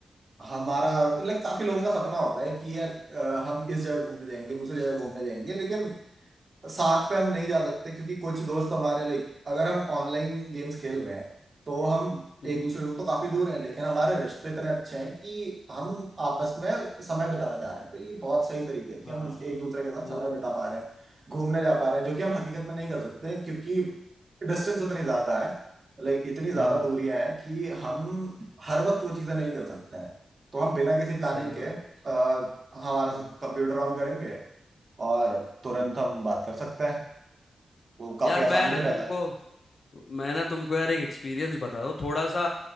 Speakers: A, on the right (about 40°); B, on the left (about 60°).
A: हमारा लाइक काफी लोगों का सपना होता है कि यार अ, हम इस जगह घूमने जाएंगे दूसरी जगह घूमने जाएंगे लेकिन साथ पे हम नहीं जा सकते क्योंकि कुछ दोस्त हमारे लाइक अगर हम ऑनलाइन गेम्स खेल रहे हैं तो हम
B: हम्म,
A: एक दूसरे से तो काफी दूर हैं लेकिन हमारे रिश्ते इतने अच्छे हैं कि हम आपस में समय बिताना चाह रहे हैं तो ये बहुत सही तरीका है कि
B: हाँ
A: हम एक दूसरे के साथ
B: वो
A: समय बिता पा रहे हैं घूमने जा पा रहे हैं जो कि हम हकीकत में नहीं कर सकते क्योंकि डिस्टेंस इतनी ज्यादा है लाइक इतनी ज्यादा
B: हम्म
A: दूरियां हैं कि हम हर वक्त वो चीजें नहीं कर सकते हैं तो हम बिना किसी प्लानिंग
B: सही बात
A: के
B: है
A: अ, हमारा
B: हम्म
A: कंप्यूटर ऑन करेंगे और तुरंत
B: हम्म।
A: हम बात कर सकते हैं वो काफी
B: यार मैं
A: आसान भी
B: ना
A: रहता
B: तुमको
A: है
B: मैं ना तुमको यार एक एक्सपीरियंस बता दो थोड़ा सा